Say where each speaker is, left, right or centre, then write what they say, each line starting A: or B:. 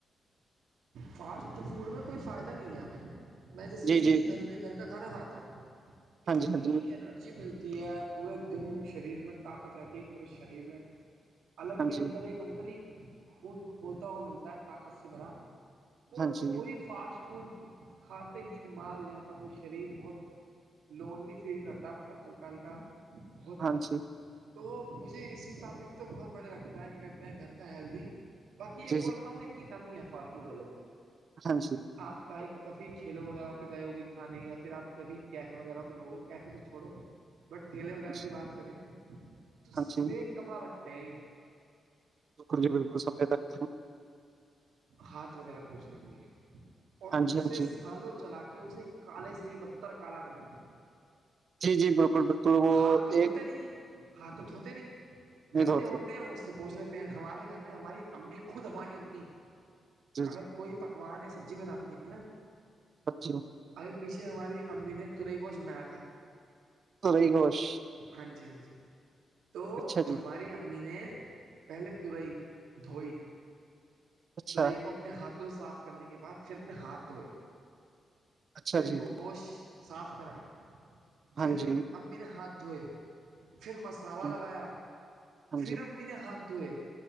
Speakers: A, on the right (about 85°); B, on the right (about 50°).
A: فاسٹ فوڈ میں کوئی فائدہ نہیں ہے ہمیں میں جیسے
B: جی
A: کہ
B: جی
A: گھر میں گھر کا کھانا کھاتا ہوں اتنی
B: ہاں جی ہاں
A: انرجی ملتی ہے پورے دن شریر میں طاقت رہتی ہے پورے شریر میں الالک
B: جی
A: اندر ایک اندر ہی خون کھولتا ہوا ملتا ہے طاقت سے بھرا اور
B: ہاں جی ہاں
A: وہی
B: جی
A: فاسٹ فوڈ کھاتے ہی بیمار ہو جاتا ہوں شریر بہت لونلی فیل کرتا ہے مطلب ہلکا ہلکا بہت
B: ہاں جی
A: تو مجھے اس مطابق تو بہت بڑیا لگتا ہے کہ کہتے ہیں گھر کا ہیلدی باقی ایک
B: جی
A: اور
B: جی
A: بتا ہوں ان کی کمی ہے فاسٹ فوڈ والوں کی
B: ہاں جی
A: آپ کا ایک کبھی ٹھیلو وغیرہ پہ گئے ہو گے کھانے یا پھرپ کبھی کیفے وغیرہ پہ گو گے کیفے تو چھوڑو بٹ ٹھیلے وغیرہ
B: ہاں جی
A: کی بات کریں تو
B: ہاں
A: سفید
B: جی
A: کپڑا رکھتے ہیں یہ
B: بالکل جی بالکل سبنے رگتے ہیں
A: ہاتھ وغیرہ پہنچنے کے لیے اور
B: ہاں جی
A: اسے
B: ہاں جی
A: سالوں تک چلا کے اسے کالے سے ہی بتر کالا کر دیتے ہیں
B: جی جی بالکل بالکل وہ
A: ہاتھ تو دھوتے
B: ایک
A: نہیں ہیں ہاتھ تو دھوتے نہیں
B: نہیں
A: گندے
B: دھوتے
A: ہوتے ہیں اس سے پہچنےتے ہمارے گھر میں ہماری امی خود ہماری امی
B: جی
A: اگر
B: جی
A: کوئی پکوان سبزی بناتی ہے نا
B: اچھا
A: ابھی پیچھے ہماری امی نے ترئی گوشت بنایا تھا
B: رہی گوش
A: ہاں جی ہاں جی تو
B: اچھا جی
A: ہماری امی نے پہلے ترئی دھوئی
B: اچھا
A: ترئی کو اپنے ہاتھوں سے صاف کرنے کے بعد پھر اپنے ہاتھ دھوئے
B: اچھا
A: پھر
B: جی
A: گوشت صاف کرا پھر
B: ہاں جی
A: امی نے ہاتھ دھوئے پھر مس کالا
B: ہاں
A: لگایا
B: ہاں
A: پھر
B: جی
A: امیی نے ہاتھ دھوئے